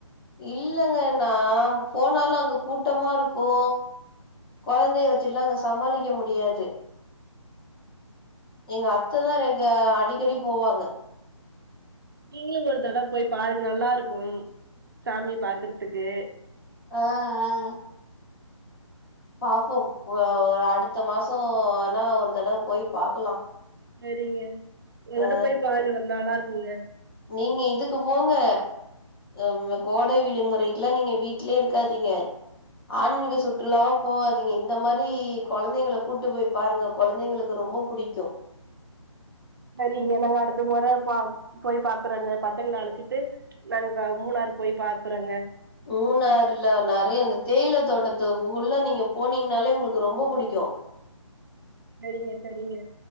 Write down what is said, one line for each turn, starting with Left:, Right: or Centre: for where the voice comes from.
Left: இல்லங்க நா போனாலு அங்க கூட்டமா இருக்கு கொழந்தைய வெச்சுட்டுல்லா அங்க சமாளிக்க முடியாது எங்க அத்தைதா ரெகு அடிக்கடி போவாங்க
Right: நீங்களு ஒரு தடவ போய் பாருங்க நல்லா இருக்கு சாமி பாக்குறதுக்கு
Left: ஆ ஆ பாப்போ ஒ ஒ அடுத்த மாச வேனா ஒரு தடவ போய் பாக்கலா
Right: செரிங்க ஒரு
Left: ஆ
Right: தடவ போய் பாருங்க நல்லா இருக்குங்க
Left: நீங்க இதுக்கு போங்க எம் கோடை விடுமுறைக்குலா நீங்க வீட்லயே இருக்காதிங்க ஆன்மீக சுற்றுலாவா போகாதிங்க இந்த மாரி கொழந்தைங்கள கூட்டு போய் பாருங்க கொழந்தைங்களுக்கு ரொம்ப புடிக்கு
Right: சரிங்க நாங்க அடுத்த முறை ப போய் பாக்கறங்க பசங்கள அழைச்சிட்டு நாங்க மூணா போய் பாக்குறங்க
Left: மூனாருல நறைய அந்த தேயில தோட்டத்து உள்ள நீங்க போனீங்னாலே உங்களுக்கு ரொம்ப புடிக்கு
Right: சரிங்க சரிங்க